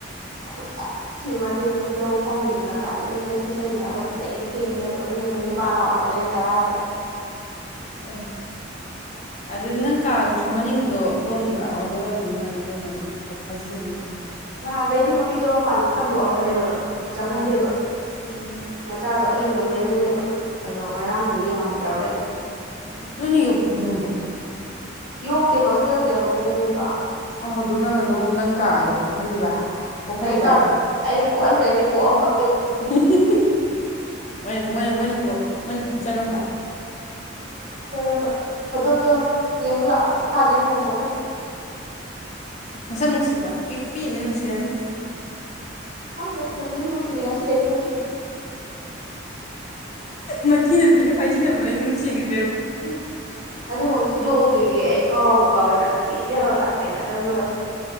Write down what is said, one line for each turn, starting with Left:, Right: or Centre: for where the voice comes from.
Right: ꯈꯨꯅ ꯊꯦꯡꯕꯗꯒꯤ ꯈꯨꯗꯧ ꯁꯥꯎꯅꯤꯡꯗꯅ ꯉꯁꯥꯏ ꯑꯗꯒꯤ ꯉꯁꯤ ꯁꯦꯃꯤꯅꯥꯔꯒ ꯄꯨꯡ ꯇꯦꯛꯦꯡ ꯊꯦꯡꯉꯦ ꯆꯠꯄ ꯃꯤꯅ ꯄꯨꯡ ꯅꯤꯄꯥꯟ ꯂꯥꯛꯑꯣ ꯍꯥꯏꯕꯗꯣ ꯑꯩꯅ ꯇꯔꯥꯒ ꯆꯠꯂ
Left: ꯑꯦ ꯑꯗꯨꯗꯤ ꯅꯪ ꯀꯥꯒꯤ ꯁ ꯃꯅꯤꯡꯒꯤꯗꯣ ꯂꯣꯟꯂꯝꯗ꯭ꯔꯥꯑꯣ ꯂꯣꯜꯂꯝꯃꯅꯤ ꯅꯪ ꯑꯗꯨꯅꯅꯦ ꯐꯥꯖꯤꯜꯂꯝꯃꯤꯁꯦ
Right: ꯅꯍꯥꯟꯈꯩꯗꯤ ꯃꯄꯤꯗꯣ ꯃꯄꯥꯟꯗ ꯊꯥꯡꯗꯣꯛꯑꯝꯕꯅꯦꯕ ꯑ ꯑꯗꯨꯝ ꯆꯪꯍꯟꯗꯦꯕ
Left: ꯎꯝ ꯎꯝ
Right: ꯃꯆꯥ ꯑꯗꯣ ꯑꯍꯤꯡ ꯑꯗꯨꯝ ꯂꯩꯔꯍꯜꯂꯦꯕ ꯑꯗꯣ ꯉꯔꯥꯡꯗꯤ ꯌꯦꯡꯉꯝꯗ꯭ꯔꯕ ꯑꯩꯅ
Left: ꯅꯣꯏꯅ ꯌꯣꯛꯄ ꯍꯧꯗꯣꯡꯂꯣ
Right: ꯌꯣꯛꯇꯤ ꯍꯣꯁꯇꯦꯜꯒꯤ ꯍꯧꯗꯣꯡꯅꯤꯕ
Left: ꯑ ꯑꯗꯨꯝ ꯅꯪꯅ ꯑꯗꯨꯝ ꯅꯪ ꯀꯥꯗ ꯀꯣꯛꯍꯜꯂꯤꯕ ꯀꯣꯛꯍꯜꯂꯤꯕ
Right: ꯑꯩ ꯀ ꯑꯩ ꯀ ꯃ ꯇꯦꯛ ꯀꯣ ꯑꯝꯕ
Left: ꯍ ꯍ ꯍ ꯑꯣꯏ ꯃꯣꯏꯅ ꯃꯣꯏꯅ ꯃꯣꯏꯅ ꯄꯣꯛꯆꯔꯝꯕ
Right: ꯎꯝ ꯀꯣꯛꯆꯔꯝꯕ ꯑꯗꯣꯝꯗꯣ ꯌꯦꯡꯕ ꯂꯥꯛꯑꯣ ꯃꯈꯥꯗ ꯑꯩ ꯅꯪꯊꯣꯛꯈ꯭ꯔꯦ
Left: ꯃꯁꯛ ꯅꯨꯡꯁꯤꯕ꯭ꯔꯥ ꯄꯤ ꯄꯤꯅ ꯅꯨꯡꯁꯤꯔꯝꯅꯤ
Right: ꯈꯪꯗꯦ ꯍꯧꯖꯤꯛꯁ ꯅꯨꯡꯁꯤꯗꯦ ꯉꯁꯤꯗꯩꯗꯤ ꯅꯨꯡꯁꯤꯗ꯭ꯔꯦ
Left: ꯃꯊꯤ ꯅꯝꯊꯤꯕ ꯐꯥꯏꯖꯤꯂꯝꯕꯗꯩ ꯅꯨꯡꯁꯤꯒꯤꯗ꯭ꯔꯦ
Right: ꯎ ꯑꯗꯨꯕꯨ ꯁꯤꯗꯣꯛꯎꯈꯤꯒꯦ ꯑꯩ ꯀꯥꯎꯕꯨ ꯀꯥꯎꯋꯤꯏꯗꯪ ꯊꯤ ꯂꯩꯍꯧꯋꯦ ꯍꯩꯅꯗꯕꯅ ꯂꯣꯏꯔꯦ